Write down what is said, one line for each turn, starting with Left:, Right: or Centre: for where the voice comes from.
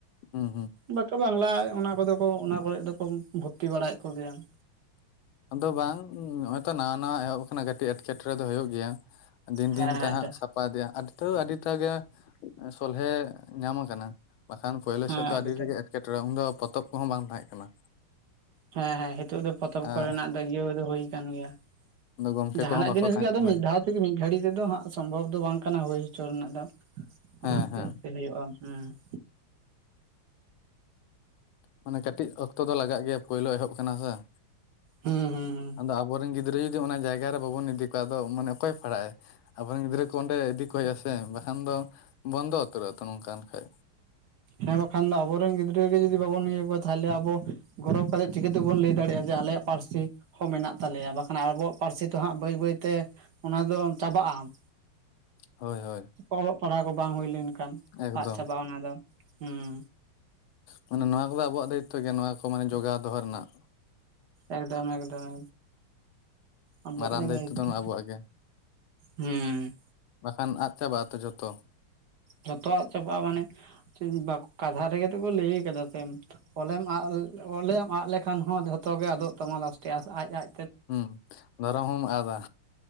Left: ᱦᱮᱸ ᱦᱮᱸ
Right: ᱵᱟᱠᱚ ᱵᱟᱝᱞᱟ ᱚᱱᱟ ᱠᱚᱫᱚ ᱠᱚ ᱚᱱᱟ ᱠᱚᱨᱮᱫ ᱫᱚᱠᱚ ᱵᱷᱩᱨᱛᱤ ᱵᱟᱲᱟᱭᱮᱫ ᱠᱚᱜᱮᱭᱟ ᱾
Left: ᱟᱫᱚ ᱵᱟᱝ ᱱᱚᱜᱼᱚᱭ ᱛᱚ ᱱᱟᱣᱟ ᱱᱟᱣᱟ ᱮᱦᱚᱵ ᱟᱠᱟᱱᱟ ᱠᱟᱹᱴᱤᱡ ᱮᱸᱴᱠᱮᱴᱚᱬᱮ ᱫᱚ ᱦᱩᱭᱩᱜ ᱜᱮᱭᱟ ᱾ ᱫᱤᱱ
Right: ᱦᱮᱸ
Left: ᱫᱤᱱ ᱛᱮ
Right: ᱦᱮᱸ
Left: ᱦᱟᱸᱜ
Right: ᱫᱟ
Left: ᱥᱟᱯᱷᱟ ᱤᱫᱮᱭᱟ ᱛᱟᱹᱣ, ᱟᱹᱰᱤ ᱟᱹᱰᱤ ᱴᱟᱜ ᱜᱮ ᱥᱚᱞᱦᱮ ᱧᱟᱢ ᱟᱠᱟᱱᱟ ᱾ ᱵᱟᱠᱷᱟᱱ ᱯᱳᱭᱞᱳ
Right: ᱦᱮᱸ
Left: ᱥᱮᱫ ᱫᱚ
Right: ᱟᱹᱰᱤ
Left: ᱟᱹᱰᱤᱜᱮ
Right: ᱛᱮᱫ
Left: ᱮᱴᱠᱮᱴᱚᱬᱮ ᱩᱱ ᱫᱚ ᱯᱚᱛᱚᱵ ᱠᱚᱦᱚᱸ ᱵᱟᱝ ᱛᱟᱦᱮᱸᱫ ᱠᱟᱱᱟ ᱾
Right: ᱦᱮᱸ ᱦᱮᱸ ᱦᱤᱛᱚᱜ ᱫᱚ ᱯᱚᱛᱚᱵ
Left: ᱟᱨ
Right: ᱠᱚᱨᱮᱱᱟᱜ ᱫᱚ ᱤᱭᱟᱹ ᱫᱚ ᱦᱩᱭ ᱠᱟᱱ ᱜᱮᱭᱟ ᱾
Left: ᱜᱚᱢᱠᱮ
Right: ᱡᱟᱦᱟᱸᱱᱟᱜ
Left: ᱠᱚᱦᱚᱸ ᱵᱟᱠᱚ
Right: ᱡᱤᱱᱤᱥ
Left: ᱛᱟᱦᱮᱸ
Right: ᱜᱮ ᱟᱫᱚ
Left: ᱠᱟᱱᱟ
Right: ᱢᱤᱫ ᱫᱷᱟᱣ ᱛᱮ ᱢᱤᱫ ᱜᱷᱟᱹᱲᱤᱡ ᱛᱮᱫᱚ ᱦᱟᱸᱜ ᱥᱚᱢᱵᱷᱚᱵᱽ ᱫᱚ ᱵᱟᱝ ᱠᱟᱱᱟ ᱦᱩᱭ ᱦᱚᱪᱚ ᱨᱮᱱᱟᱜ ᱫᱚ ᱾
Left: <inaudible>
Right: ᱟᱥᱛᱮ
Left: ᱦᱮᱸ
Right: ᱟᱥᱛᱮ ᱦᱩᱭᱩᱜᱼᱟ ᱦᱮᱸ ᱾
Left: ᱢᱟᱱᱮ ᱠᱟᱹᱴᱤᱡ ᱚᱠᱛᱚ ᱫᱚ ᱞᱟᱜᱟᱜ ᱜᱮᱭᱟ, ᱯᱳᱭᱞᱳ ᱮᱦᱚᱵ ᱠᱟᱱᱟ ᱥᱮ ᱾
Right: ᱦᱩᱸ ᱦᱩᱸ ᱦᱩᱸ
Left: ᱟᱫᱚ ᱟᱵᱚᱨᱮᱱ ᱜᱤᱫᱽᱨᱟᱹ ᱡᱩᱫᱤ ᱚᱱᱟ ᱡᱟᱭᱜᱟ ᱨᱮ ᱵᱟᱵᱚᱱ ᱤᱫᱤ ᱠᱚᱣᱟ, ᱟᱫᱚ ᱢᱟᱱᱮ ᱚᱠᱚᱭ ᱯᱟᱲᱦᱟᱜᱼᱟ ᱾ ᱟᱵᱚᱨᱮᱱ ᱜᱤᱫᱽᱨᱟᱹ ᱠᱚ ᱚᱸᱰᱮ ᱤᱫᱤ ᱠᱚ ᱦᱩᱭᱩᱜᱼᱟ ᱥᱮ ᱵᱟᱠᱷᱟᱱ ᱫᱚ, ᱵᱚᱱᱫᱚ ᱩᱛᱟᱹᱨᱚᱜ ᱟ ᱛᱚ ᱱᱚᱝᱠᱟ ᱞᱮ ᱠᱷᱟᱱ᱾
Right: ᱦᱮᱸ ᱵᱟᱠᱷᱟᱱ ᱫᱚ ᱟᱵᱚᱨᱮᱱ ᱜᱤᱫᱽᱨᱟᱹ ᱜᱮ ᱡᱩᱫᱤ ᱵᱟᱵᱚᱱ ᱤᱭᱟᱹ ᱠᱚᱣᱟ, ᱛᱟᱦᱚᱞᱮ ᱟᱵᱚ ᱜᱚᱨᱚᱵᱽ ᱠᱟᱛᱮ ᱪᱤᱠᱟᱹ ᱛᱮᱵᱚᱱ ᱞᱟᱹᱭ ᱫᱟᱲᱮᱭᱟᱜᱼᱟ ᱡᱮ ᱟᱞᱮᱭᱟᱜ ᱯᱟᱹᱨᱥᱤ ᱦᱚᱸ ᱢᱮᱱᱟᱜ ᱛᱟᱞᱮᱭᱟ, ᱵᱟᱠᱷᱟᱱ ᱟᱵᱚᱣᱟᱜ ᱯᱟᱹᱨᱥᱤ ᱛᱮᱦᱟᱸᱜ ᱵᱟᱹᱭ ᱵᱟᱹᱭᱛᱮ ᱚᱱᱟ ᱫᱚ ᱪᱟᱵᱟᱜᱼᱟ ᱾
Left: ᱦᱳᱭ ᱦᱳᱭ
Right: ᱚᱞᱚᱜ ᱯᱟᱲᱦᱟᱜ ᱠᱚ ᱵᱟᱝ ᱦᱩᱭ ᱞᱮᱱ ᱠᱷᱟᱱ,
Left: ᱮᱠᱫᱚᱢ
Right: ᱟᱫ ᱪᱟᱵᱟᱜᱼᱟ ᱚᱱᱟ ᱫᱚ ᱦᱮᱸ᱾
Left: ᱢᱟᱱᱮ ᱱᱚᱣᱟ ᱠᱚᱫᱚ ᱟᱵᱚᱣᱟᱜ ᱫᱟᱭᱤᱛᱛᱚ ᱜᱮ, ᱱᱚᱣᱟ ᱠᱚ ᱢᱟᱱᱮ ᱡᱚᱜᱟᱣ ᱫᱚᱦᱚ ᱨᱮᱱᱟᱜ᱾
Right: ᱮᱠᱫᱚᱢ ᱮᱠᱫᱚᱢ ᱟᱵᱚᱣᱟᱜ
Left: ᱢᱟᱨᱟᱝ
Right: ᱜᱮ ᱫᱟᱭᱤᱛᱛᱚ᱾
Left: ᱫᱚ ᱟᱵᱚᱣᱟᱜ ᱜᱮ
Right: ᱦᱮᱸ
Left: ᱵᱟᱠᱷᱟᱱ ᱟᱫ ᱪᱟᱵᱟᱜᱼᱟᱛᱚ ᱡᱷᱚᱛᱚ ᱾
Right: ᱡᱷᱚᱛᱚᱣᱟᱜ ᱪᱟᱵᱟᱜᱼᱟ ᱢᱟᱱᱮ, ᱵᱟ ᱠᱟᱛᱷᱟ ᱨᱮᱜᱮ ᱛᱮᱠᱚ ᱞᱟᱹᱭ ᱠᱟᱫᱟ ᱥᱮ ᱚᱞᱮᱢ ᱟᱫ ᱚᱞᱮᱢ ᱟᱫ ᱞᱮᱠᱷᱟᱱ ᱦᱚᱸ ᱡᱷᱚᱛᱚ ᱜᱮ ᱟᱫᱚᱜ ᱛᱟᱢᱟ ᱞᱟᱥᱴᱮ ᱟᱡᱼᱟᱡ
Left: ᱦᱩᱸ ᱫᱷᱚᱨᱚᱢ ᱦᱚᱢ ᱟᱫᱟ